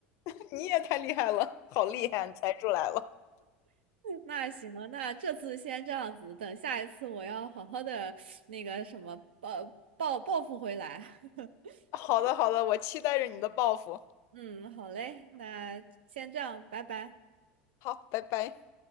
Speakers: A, on the left (about 60°); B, on the right (about 80°).
A: <laughs> 你也太厉害了，好厉害啊，你猜出来了。
B: 那行了，那这次先这样子，等下一次我要好好的那个什么报报报复回来。<laughs>
A: 好的，好的，我期待着你的报复。
B: 嗯，好嘞，那先这样，拜拜。
A: 好，拜拜。